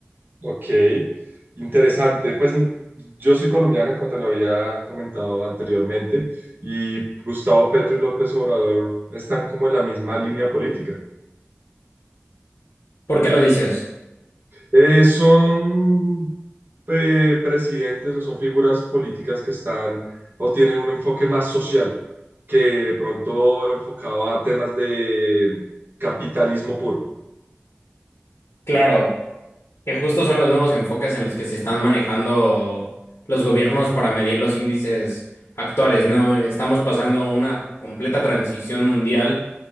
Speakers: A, on the right; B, on the left.
A: ok. Interesante. Pues no- yo soy colombiana, como te lo había comentado anteriormente, y Gustavo Petro y López Obrador están como en la misma línea política.
B: ¿Por qué lo dices?
A: Eh, son eh, presidentes o son figuras políticas que están o tienen un enfoque más social, que de pronto enfocado a temas de capitalismo puro.
B: Claro, que justo son los nuevos enfoques en los que se están manejando los gobiernos
A: Ujú,
B: para medir los índices actuales, ¿no? Estamos pasando una completa transición mundial